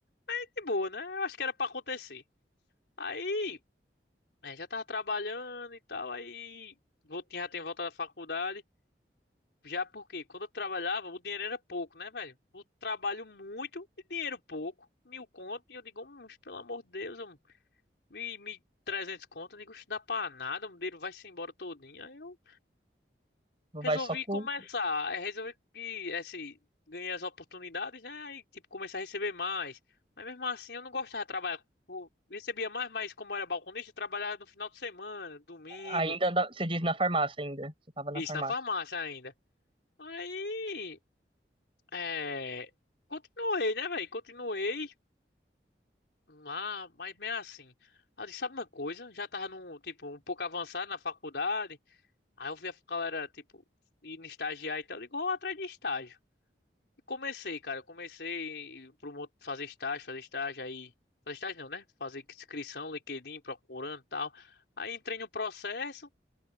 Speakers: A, on the left; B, on the right.
A: Aí de boa, né? Eu acho que era pra acontecer. Aí, é, já tava trabalhando e tal, aí. Vou, já tinha voltado da faculdade. Já porque quando eu trabalhava, o dinheiro era pouco, né, velho? Eu trabalho muito e dinheiro pouco. Mil conto, e eu digo, hum, pelo amor de Deus, hum, mil, mil e trezentos conto, eu digo, isso dá pra nada, o dinheiro vai-se embora todinho. Aí eu
B: Vai
A: resolvi
B: só com
A: começar, aí resolvi que, esse, ganhei as oportunidades, né, aí, tipo, comecei a receber mais. Mas mesmo assim, eu não gostava de trabalhar. Eu recebia mais, mas como eu era balconista, eu trabalhava no final de semana, domingo,
B: A- Ainda, da- você diz na farmácia ainda. Você tava na
A: isso,
B: farmácia.
A: na farmácia ainda. Aí... É, continuei, né, velho? Continuei lá, mas mesmo assim. Aí eu disse, sabe uma coisa? Já tava num, tipo, um pouco avançado na faculdade. Aí eu vi a galera, tipo, indo estagiar e tal. Eu digo, vou atrás de estágio. E comecei, cara. Eu comecei pro monte fazer estágio, fazer estágio aí. Fazer estágio não, né? Fazer inscrição, LinkedIn, procurando e tal. Aí entrei no processo.